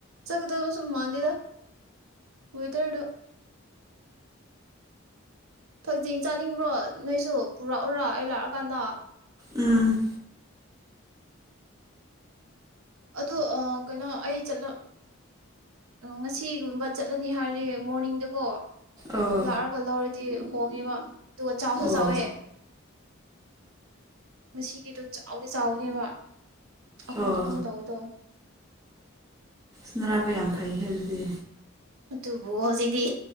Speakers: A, on the right; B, on the right.
A: ꯁꯗ ꯃꯥꯟꯗꯗ ꯑꯣꯏ ꯇꯔ ꯐꯛꯆꯤꯡ ꯆꯥꯅꯤꯡꯕ꯭ꯔꯣ ꯅꯣꯏꯁꯨ ꯄꯨꯔꯛꯎꯔ ꯑꯩ ꯂꯥꯛꯑꯀꯥꯟꯗ
B: ꯎꯝ
A: ꯑꯗꯣ ꯀꯩꯅꯣ ꯑꯩ ꯆꯂ ꯉꯁꯤꯒꯨꯝꯕ ꯆꯠꯂꯅꯤ ꯍꯥꯏꯁꯦ ꯃꯣꯔꯅꯤꯡꯗꯀꯣ
B: ꯑꯣ
A: ꯂꯥꯔ ꯀꯂꯔ ꯤ ꯍꯣꯡꯉꯤꯕ ꯑꯗꯨꯒ ꯆꯥꯛꯁꯨ
B: ꯑꯣ
A: ꯆꯥꯎꯋꯦ ꯉꯁꯤꯒꯤꯗꯣ ꯆꯥꯎꯗꯤ ꯆꯥꯎꯅꯦꯕ ꯑꯍꯨꯝ
B: ꯑꯣ
A: ꯑꯍꯨꯝ ꯇꯧꯕꯗꯣ
B: ꯏꯅ ꯔꯥꯕ ꯌꯥꯝꯝ ꯐꯩꯍꯗꯤ
A: ꯇꯨꯕꯨ ꯍꯖꯤꯗꯤ